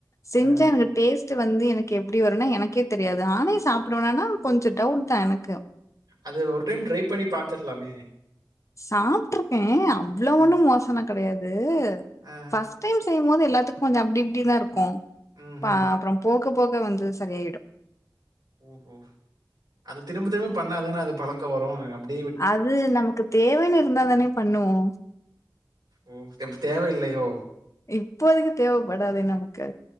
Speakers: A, on the left; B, on the right.
A: செஞ்சா
B: ஆ.
A: எனக்கு டேஸ் ட் வந்து எனக்கு எப்படி வருனா எனக்கே தெரியாது நானே சாப்பிடுவனானா கொஞ்சோ டவுட்தா எனக்கு
B: அது ஒரு டைம் ட்ரை பண்ணி பாத்துர்லாமே
A: சாப்பிட்டுருப்பே அவ்வளவு
B: ஆ,
A: ஒண்ணு மோசமா கெடையாது இது
B: ஆ.
A: பஸ்ட் டைம் செய்யும்போது எல்லாத்துக்கு கொஞ்சோ அப்படி இப்படிதா இருக்கு
B: ம்ஹ்ம்.
A: பா அப்புறம் போக போக வந்து சரியாயிடும்
B: ம்ஹூ அது திரும்ப திரும்ப பண்ணாதானே அது பழக்க வரு அப்படி
A: அது நமக்கு தேவைன்னு இருந்தாதானே பண்ணுவோ
B: ஓ! அப்ப தேவையில்லையோ?
A: இப்போதைக்கு தேவைப்படாது நமக்கு